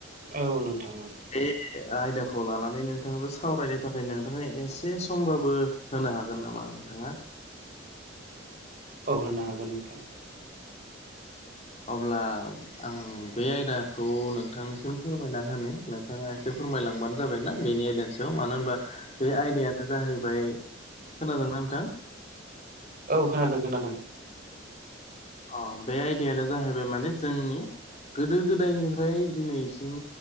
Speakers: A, on the right (about 45°); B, on the left (about 35°).
A: औ नोंथां
B: <unintelligible> आयदाखौ लानानै नोंथाङाबो सावरायनो थाखाय नोंथाङा एसे समबाबो होनो हागोन नामा नोथांङा?
A: औ होननो हागोन नोंथां।
B: अब्ला आं बे आयदाखौ नोंथांनिसिम फोरमायना होनो नोंथाङा एसे फोरमायलांबानो जाबायना बेनि आयदानि सायाव मानो होनबा बे आयदायानो जाहैबाय खोनादोंना नोंथां?
A: औ खोनादों खोनादों।
B: अ बे आयदायानो जाहैबाय माने जोंनि गोदो-गोदायनिफ्राय दिनैसिम